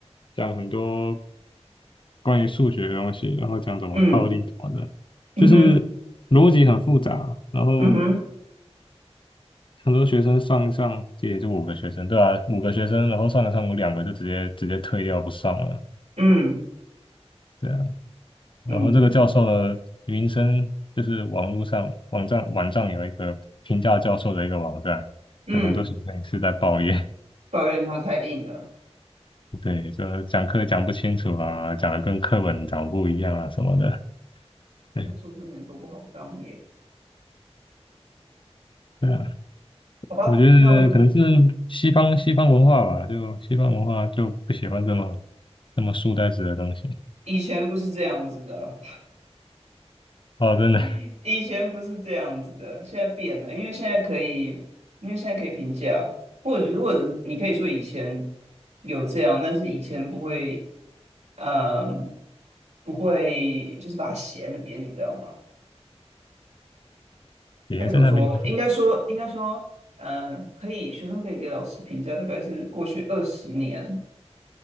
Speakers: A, on the left; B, on the right.
A: 讲很多关于数学的东西，然后讲怎么套利什么的，
B: 嗯，嗯哼，
A: 就是逻辑很复杂。然后
B: 嗯哼，
A: 很多学生上一上，这也就五个学生，对啊，五个学生，然后上一上有两个就直接直接退掉不上了，
B: 嗯。
A: 对啊。然后这个教授的名声就是网络上网站网站有一个评价教授的一个网站，
B: 嗯嗯，
A: 有很多学生也是在抱怨。
B: 抱怨它太硬了，
A: 对，说讲课讲不清楚啊，讲的跟课本讲不一样啊什么的。对，
B: 教硕士年头不好当耶。
A: 对啊，
B: 好吧，
A: 我觉得可能是西方西方文化吧，
B: 那我们
A: 就西方文化就不喜欢这么这么书呆子的东西。
B: 以前不是这样子的，
A: 哦，真的，
B: <laughs> 以前不是这样子的，现在变了，因为现在可以，因为现在可以评价，或者或者是你可以说以前有这样，但是以前不会，嗯，不会就是把弦的扁，你知道吗？
A: 爷爷在那边是什么
B: 该怎么说？应该说，应该说，嗯，可以，学生可以给老师评价，大概是过去二十年。